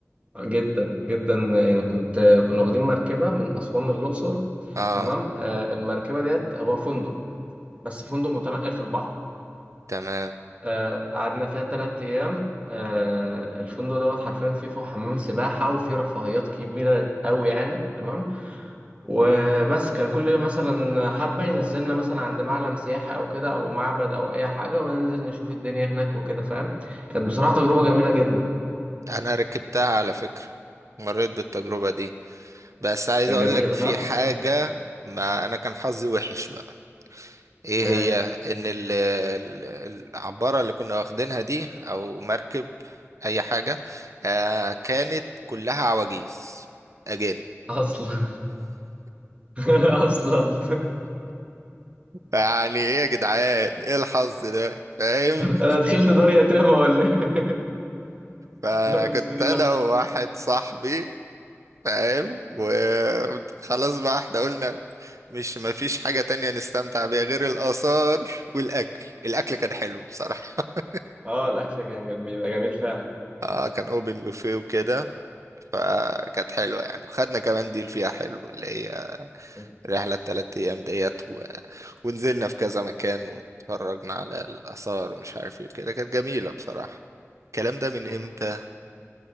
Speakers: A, on the right; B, on the right.
A: جدا جدا يعني كنت كنا واخدين مركبة من أسوان للأقصر
B: اه
A: تمام آه، المركبة ديت هو فندق بس فندق متنقل في البحر
B: تمام
A: آه، قعدنا فيها تلات أيام آه، الفندق دوت حرفيا فيه فوق حمام سباحة وفيه رفاهيات كبيرة أوي يعني تمام وبس كان كل مثلا حبة ينزلنا مثلا عند معلم سياحي أو كده أو معبد أو أي حاجة وننزل نشوف الدنيا هناك وكده فاهم كانت بصراحة تجربة جميلة جدا
B: أنا ركبتها على فكرة مريت بالتجربة دي بس
A: <laughs>
B: عايز
A: كانت
B: أقول
A: جميلة
B: لك في
A: صح؟
B: حاجة ما أنا كان حظي وحش بقى إيه
A: <laughs> آه،
B: هي إن ال- ال- العبارة اللي كنا واخدينها دي أو مركب أي حاجة آه كانت كلها عواجيز أجانب
A: أصلا <laughs> اصلا
B: يعني إيه يا جدعان إيه الحظ ده فاهم
A: انا دخلت دار يتامى ولا ايه
B: فكنت
A: <laughs> دار السديد
B: انا
A: اصلا
B: وواحد صاحبي فاهم وخلاص بقى احنا قلنا مش مفيش حاجة تانية نستمتع بيها غير الآثار والأكل الأكل كان حلو بصراحة <laughs>
A: اه الاكل كان جم- بيبقى جميل فعلا
B: آه كان أوبن بوفيه وكده فكانت حلوة يعني وخدنا كمان ديل فيها حلو اللي هي
A: م-
B: رحلة التلات أيام ديت و... ونزلنا في كذا مكان واتفرجنا على الآثار ومش عارف ايه وكده كانت جميلة بصراحة الكلام ده من
A: م.
B: امتى؟